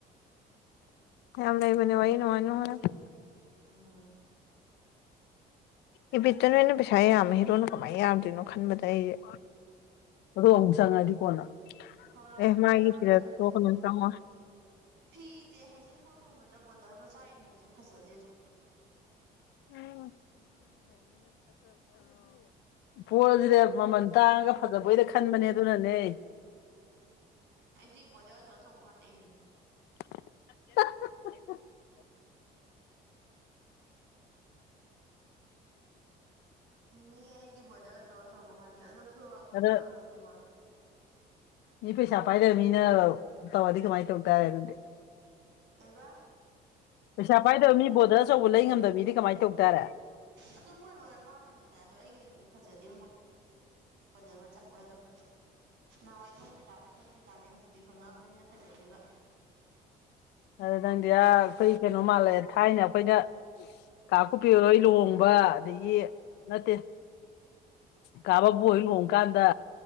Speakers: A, on the left (about 80°); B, on the right (about 85°).
A: ꯌꯥꯝ ꯂꯩꯕꯅꯤ ꯋꯥꯔꯤ ꯅꯨꯡꯉꯥꯏ ꯅꯨꯉꯥꯏꯕ
B: ꯑꯥ
A: ꯏꯕꯤꯠꯇ ꯅꯣꯏꯅ ꯄꯩꯁꯥ ꯌꯥꯝꯃꯦ ꯍꯦꯔꯣꯅ ꯀꯃꯥꯏꯅ ꯌꯥꯗꯣꯏꯅꯣ ꯈꯟꯕꯗ ꯑꯩꯖꯦ ꯑꯗꯣ ꯑꯃꯨꯛ ꯆꯪꯉꯗꯤ ꯀꯣꯟꯅ
B: ꯍꯧꯔꯛꯇ
A: ꯑꯦ ꯃꯥꯒꯤ
B: ꯉꯥꯏꯕꯩ
A: ꯁꯤꯗ
B: ꯑꯣꯏꯔꯝꯒꯅꯤ
A: ꯇꯣꯛꯀꯅꯨ ꯆꯪꯉꯣꯏ
B: ꯐꯤꯖꯦ ꯍꯩꯖꯤꯡꯄꯣꯠꯒꯨꯝꯕꯗ ꯕꯣꯔꯗꯔ ꯃꯆꯥ ꯏꯟꯕꯁꯦ ꯐꯖꯗꯦꯗꯥ
A: <unintelligible> ꯄꯣꯠ ꯑꯖꯤꯗ ꯃꯃꯜ ꯇꯥꯡꯉꯒ ꯐꯖꯕꯣꯏꯗ ꯈꯟꯕꯅꯦ ꯑꯗꯨꯅꯅꯦ
B: ꯑꯩꯗꯤ ꯕꯣꯗꯔ ꯑꯆꯧ ꯑꯆꯧꯕ ꯉꯥꯛꯇ ꯏꯟꯅꯤ
A: <unintelligible>
B: ꯏꯅꯦ ꯑꯩꯗꯤ ꯕꯣꯔꯗꯔ ꯑꯆꯧ ꯑꯆꯧꯕ ꯉꯥꯛꯇꯦ ꯑꯗꯣ ꯐꯣꯏꯋꯥꯛꯁꯨ
A: ꯑꯗ
B: ꯄꯥꯝꯗꯦ ꯐꯣꯏꯋꯥꯛꯇꯤ
A: ꯃꯤ ꯄꯩꯁꯥ ꯄꯥꯏꯗꯕ ꯃꯤꯅ ꯇꯧꯔꯗꯤ ꯀꯃꯥꯏꯅ ꯇꯧ ꯇꯥꯔꯦ ꯑꯗꯨꯗꯤ
B: ꯀꯩꯕ
A: ꯄꯩꯁꯥ ꯄꯥꯏꯗꯕ ꯃꯤ ꯕꯣꯔꯗꯔ ꯑꯆꯧꯕ ꯂꯩ ꯉꯝꯗꯕ ꯃꯤꯗꯤ ꯀꯃꯥꯏꯅ ꯇꯧ ꯇꯥꯔꯦ
B: ꯑꯗꫭ ꯃꯣꯏ ꯃꯣꯏ ꯑꯄꯥꯝꯕꯅꯤꯅ ꯑꯗꯣ ꯑꯩꯒꯤ ꯑꯣꯏꯅꯗꯤ ꯐꯖꯗꯦ ꯕꯣ ꯕꫭꯗꯔ ꯃꯆꯥ ꯆꯠꯄꯗꫭ ꯅꯍꯥꯟꯋꯥꯏ ꯈꯪꯗ꯭ꯔꯤꯀꯥꯟ ꯈꯪꯗ꯭ꯔꯤꯀꯥꯅꯤ ꯍꯧꯖꯤꯛꯇꯤ ꯈꯪꯉꯛꯕꯅꯤꯅ ꯐꯖꯗꯦꯕ
A: ꯑꯗꯨ ꯅꯪꯗꯤ ꯑ ꯑꯩꯈꯣꯏ ꯀꯩꯅꯣ ꯃꯥꯜꯂꯦ ꯊꯥꯏꯅ ꯑꯩꯈꯣꯏꯅ ꯀꯥ ꯀꯨꯞꯄꯤꯍꫭꯏ ꯂꯨꯍꯣꯡꯕ ꯑꯗꯒꯤ ꯅꯠꯇꯦ ꯀꯥ ꯕꯕꯨ ꯍꯣꯏ ꯂꯣꯍꫭꯡꯀꯥꯟꯗ